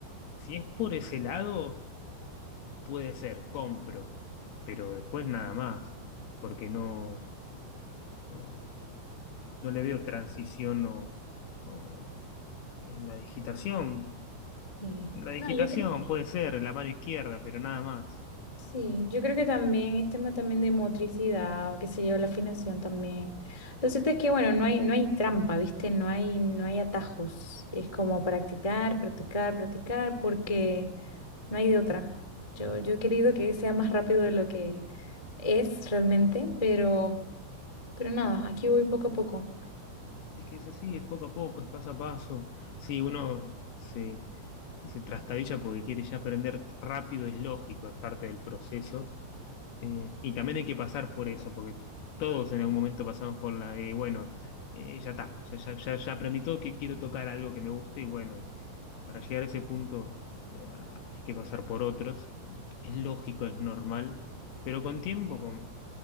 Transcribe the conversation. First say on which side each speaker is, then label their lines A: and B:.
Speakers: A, on the left; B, on the left.
A: Si es por ese lado, puede ser, compro, pero después nada más, porque no, no, no le veo transición o, o en la digitación.
B: Sí.
A: La digitación
B: No, yo creo
A: puede ser la mano izquierda, pero nada más.
B: Sí, yo creo que también es tema también de motricidad o qué sé yo, la afinación también. Lo cierto es que, bueno, no hay, no hay trampa, ¿viste? No hay, no hay atajos. Es como practicar, practicar, practicar, porque no hay de otra. Yo, yo he querido que sea más rápido de lo que es realmente, pero, pero nada, aquí voy poco a poco.
A: Es que es así, es poco a poco, es paso a paso. si uno se, se trastabilla porque quiere ya aprender rápido, es lógico, es parte del proceso. Eh, y también hay que pasar por eso, porque todos en algún momento pasamos por la de, bueno, eh, ya está, ya, ya, ya, ya aprendí todo, que quiero tocar algo que me guste y bueno, para llegar a ese punto eh, hay que pasar por otros. Es lógico, es normal, pero con tiempo, con